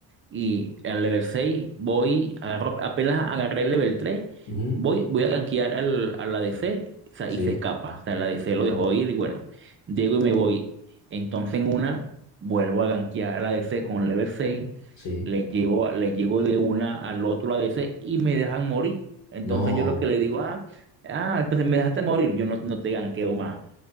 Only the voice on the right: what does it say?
y al level 6 voy, agarro- apenas agarré el level 3,
voy, voy a gankear al, a la DC o sea,
y se escapa. O sea, la DC lo dejó ir y bueno, llego y me voy. Entonces en una vuelvo a gankear a la DC con el level 6,
le llevo, le llego de una al otro ADC y me dejan morir. Entonces
yo lo que le digo, ah, ah, entonces me dejaste morir, yo no, no te ganqueo más.